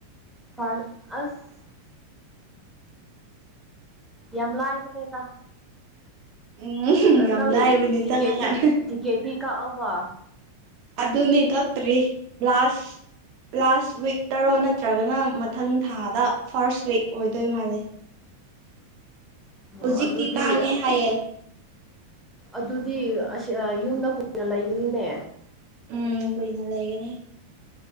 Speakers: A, in the centre; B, on the right.
A: ꯐꯔ ꯑꯁ ꯌꯥꯝ ꯂꯥꯏꯕꯅꯦꯗꯥ
B: ꯎꯝ ꯌꯥꯝ
A: ꯅꯪ
B: ꯂꯥꯏꯕꯅꯤ
A: ꯇꯤꯀꯦꯠꯗꯤ
B: ꯆꯪꯉꯀꯥꯟꯗ
A: ꯇꯤꯛꯀꯦꯗꯤ ꯀꯛꯑꯕ
B: ꯑꯗꯨꯗ ꯅꯥꯛꯇ꯭ꯔꯤ ꯂꯥꯁꯥꯁ ꯂꯥꯁ ꯋꯤꯛ ꯇꯔꯣꯜ ꯅꯠꯇ꯭ꯔꯒꯅ ꯃꯊꯪ ꯊꯥꯗ ꯐꯥꯔꯁ ꯋꯤꯛ ꯑꯣꯏꯗꯣꯏ ꯃꯥꯜꯂꯦ
A: ꯑꯣ
B: ꯍꯧꯖꯤꯛꯇꯤ
A: ꯑꯗꯨꯗꯤ
B: ꯇꯥꯡꯉꯦ ꯍꯥꯏꯌꯦꯦ
A: ꯑꯗꯨꯗꯤ ꯑꯁ ꯌꯨꯝꯗ ꯀꯨꯏꯅ ꯂꯩꯒꯅꯤꯅꯦ
B: ꯎꯝ ꯀꯣꯏꯅꯅꯥ ꯂꯩꯏꯒꯅꯤ